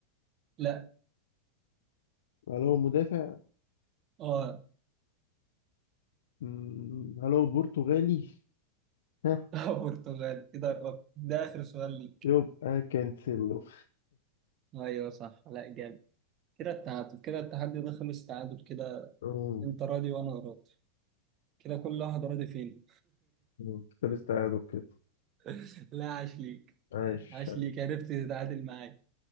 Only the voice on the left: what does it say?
هل هو مدافع؟
مم، هل هو برتغالي؟ ها
يبقى كانسيلو
آه،
آه، خلص تعادل كده
عايش